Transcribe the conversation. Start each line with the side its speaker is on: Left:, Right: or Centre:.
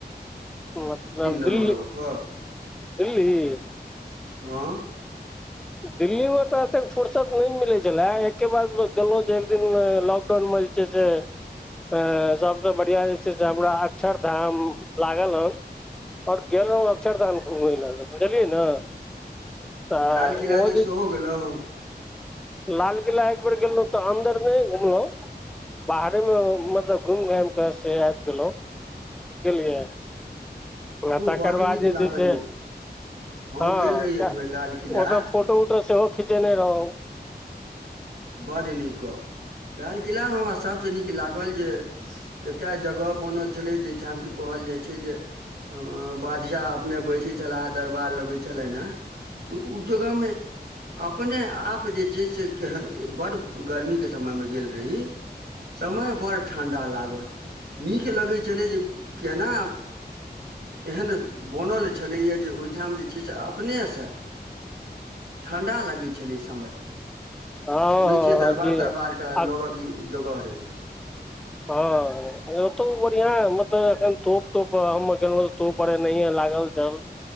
Centre: मतलब
Right: रहल
Centre: दिल्ली
Right: हो त
Centre: दिल्ली
Right: हँ
Centre: दिल्लीमे तऽ' एतेक फुरसत नहि मिलै छलै एकके बाद गेलहुँ जे एक दिन लॉकडाउनमे। जी जी अ सबसे बढ़िया जे छै से हमरा अक्षर धाम लाग। ल ह आओर गेल रहहुँ अक्षरधाम घुमय लेल बुझलियै ने। तऽ
Right: लाल किला
Centre: ओ
Right: दिस
Centre: जे
Right: सेहो गेलहुँ ह।
Centre: लाल किला एक बेेर गेलहुँ तऽ अंन्दर नइ घुमलहुं।। बाहरे मे मतलब घुमि, घाम के से आबि गेलोंव, गेलिये। आ
Right: यौ
Centre: तकर
Right: बड्ड
Centre: बाद
Right: नीक
Centre: जे
Right: लागल
Centre: छै से।
Right: यौ हम
Centre: हँ
Right: गेल रही एक बेर लाल किला
Centre: ओतऽ फोटो उटो सेहो खिचेने रहौ।
Right: बड़ी नीक गप्प लालकिला मे हमरा सबसे नीक लागल जे- एकटा जगह बनल छलै जाहिठाम कि कहल जाइ छै जे बादशाह अपने बैसे छलाहे दरबार लगे छलनि ह उ -उ जगह मे अपने आप जे छै से केहन बड़ गर्मी के समय मे गेल रही समय बड़ ठंडा लागल। नीक लगैत छलै जे केना एहन बनल छलैए जे ओहिठाम जे छै से अपने सँ
Centre: ह
Right: ठंडा लगै छलै समय
Centre: हँ
Right: सुनै छियै दरबार
Centre: हँ जी
Right: -दरबार के
Centre: आ
Right: लोगो के जगह रहै
Centre: ह ओतौ बढ़िया मतलब एखन तोप -तोप हम गेलहुं त तोप बड़ नहिय लागल छल!